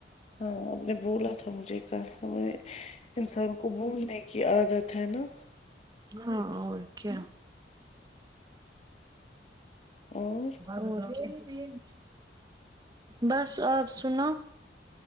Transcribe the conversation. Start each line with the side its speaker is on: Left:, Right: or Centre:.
Left: ہاں آپ نے بولا تھا مجھے کل کہ انسان کو بھولنے کی عادت ہے نا
Right: ہاں اور کیا
Left: اور
Right: بھروسہ ہی دیے نی بس آپ سناو